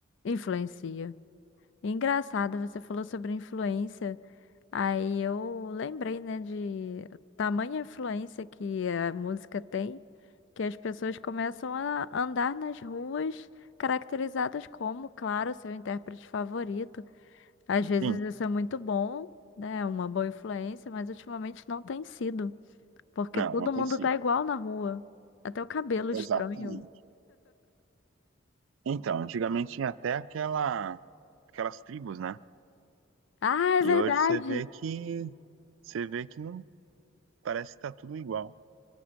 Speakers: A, on the left (about 65°); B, on the right (about 80°).
A: influencia. Engraçado, você falou sobre influência. Aí eu lembrei, né, de tamanha influência que a música tem, que as pessoas começam a andar nas ruas caracterizadas como, claro, seu intérprete favorito. Às vezes
B: Sim,
A: isso é muito bom, né? é Uma boa influência, mas ultimamente não tem sido, porque
B: não,
A: todo
B: não tem
A: mundo
B: sido.
A: tá igual na rua. Até o cabelo
B: Exatamente.
A: estranho.
B: Então, antigamente tinha até aquela, aquelas tribos, né?
A: Ah, é verdade!
B: E hoje você vê que Você vê que não parece que tá tudo igual.